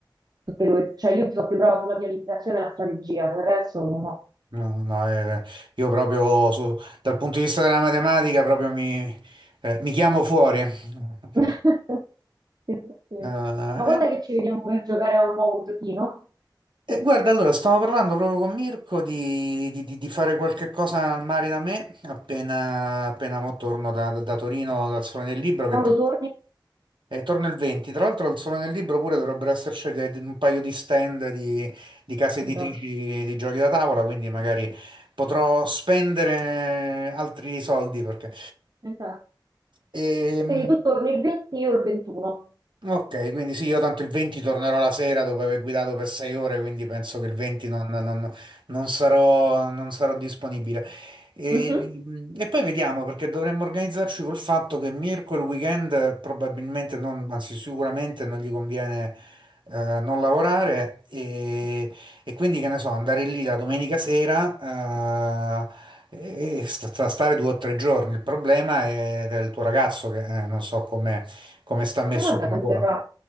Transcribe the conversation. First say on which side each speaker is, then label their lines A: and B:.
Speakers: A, on the right; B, on the right.
A: tutte queste- Cioè io sono più brava sulla pianificazione e la strategia, per il resto no.
B: no, no, eh, io proprio su- dal punto di vista della matematica proprio mi, eh, mi chiamo fuori. <laughs>
A: <laughs> Sì, sì, sì.
B: Eh,
A: Ma quando è che ci vediamo per giocare a un nuovo giochino?
B: Eh, guarda, allora stavo parlando proprio con Mirko di, di- di- di fare qualche cosa al mare da me appena, appena mo torno da, da Torino dal Sole nel Libro, che
A: Quando
B: tra-
A: torni?
B: eh, torno il 20. Tra l'altro al Sole nel Libro pure dovrebbero esserci de- de- un paio di stand di, di case editrici
A: il gioco.
B: di, di giochi da tavola, quindi magari potrò spendere altri soldi perché...
A: Esatto.
B: Ehm,
A: Quindi tu torni il 20 e io il 21.
B: Ok, quindi sì, io tanto il 20 tornerò la sera dopo aver guidato per 6 ore, quindi penso che il 20 non, non- non sarò, non sarò disponibile. E,
A: Mhm.
B: e poi vediamo, perché dovremmo organizzarci col fatto che Mirko il weekend probabilmente, non, anzi sicuramente non gli conviene eh, non lavorare e, e quindi che ne so, andare lì la domenica sera eh, e, e sta- sta- stare due o tre giorni. Il problema è del tuo ragazzo che eh, non so come come sta messo
A: E vabbè,
B: col
A: non
B: lavoro?
A: verrà,